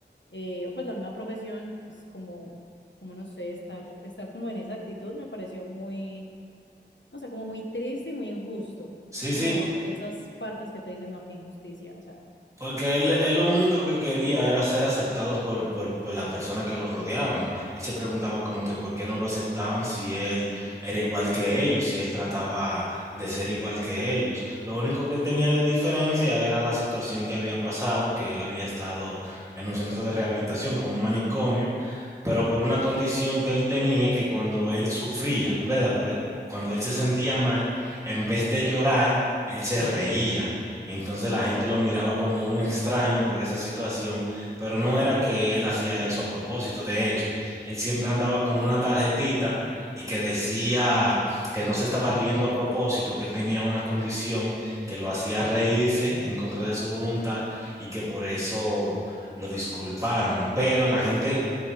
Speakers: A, on the left; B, on the right.
A: eh, o pues la misma profesión, pues como, como no sé, estar, estar como en esa actitud me pareció muy no sé, como muy triste y muy injusto.
B: Sí,
A: Es como
B: sí,
A: de esas partes que te dicen, no, qué injusticia, o sea,
B: Porque él, él lo único que quería era ser aceptados por, por, por las personas que lo rodeaban. Él se preguntaba como que por qué no lo aceptaban si él era igual que ellos, si él trataba de ser igual que ellos. Lo único que él tenía de diferencia era la situación que había pasado, que él había estado en un centro de rehabilitación como un manicomio, pero por una condición que él tenía que cuando él sufría, ¿verdad? Por- cuando él se sentía mal, en vez de llorar, él se reía. Entonces
A: Mm,
B: la gente lo miraba como un extraño por esa situación, pero no era que él hacía eso a propósito. De hecho, él siempre andaba con una tarjetita y que decía que no se estaba riendo a propósito, que él tenía una condición que lo hacía reírse en contra de su voluntad y que por eso lo disculparan. Pero la gente